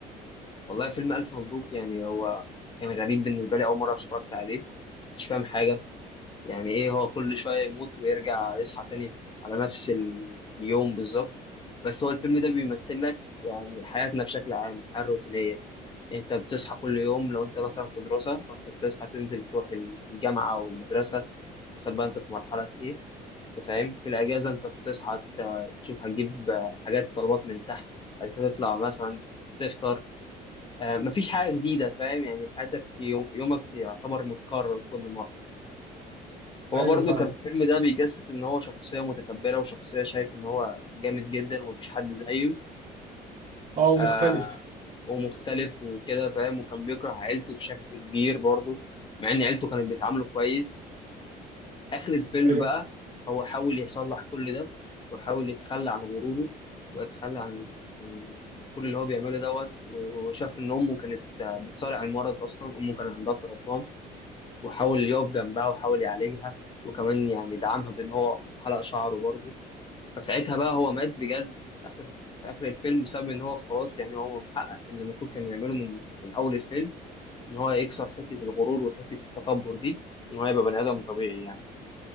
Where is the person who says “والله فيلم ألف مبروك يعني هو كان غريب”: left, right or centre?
Left